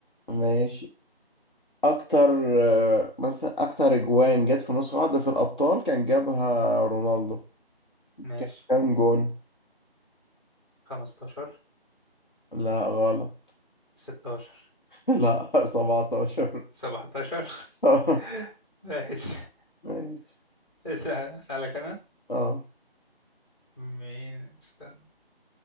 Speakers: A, on the left (about 50°); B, on the left (about 25°).
A: ماشي اكتر آه، مثلا اكتر اجوان جت في نسخة واحدة في الابطال كان جابها رونالدو
B: ماشي
A: كان كام جون
B: 15
A: لا غلط
B: 16
A: <laughs> لا 17
B: 17
A: <laughs>
B: <laughs> ماشي
A: ماشي
B: اسأل- أسألك أنا
A: اه
B: مين استنى